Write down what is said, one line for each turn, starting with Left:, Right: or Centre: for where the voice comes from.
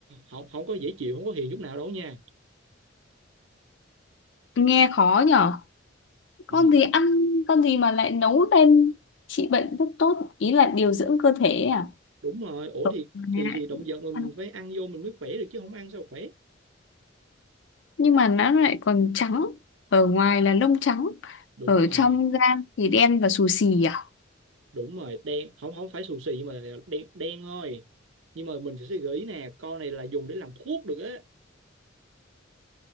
Right: không, không có dễ chịu không có hiền chút nào đâu nha
Left: nghe khó nhở con
Right: ừ
Left: gì ăn con gì mà lại nấu lên trị bệnh rất tốt ý là điều dưỡng cơ thể ấy à
Right: đúng rồi ủa
Left: ở
Right: thì
Left: ngoài
Right: thì
Left: lại
Right: thì động vật mình
Left: ăn.
Right: phải ăn vô mình mới khỏe được chứ không ăn sao khỏe
Left: nhưng mà nó lại còn trắng ở ngoài là lông trắng
Right: đúng
Left: ở
Right: rồi
Left: trong da thì đen và xù xì à
Right: đúng rồi đen không không phải xù xì nhưng mà là đen đen thôi nhưng mà mình sẽ gợi ý nè con này là dùng để làm thuốc được á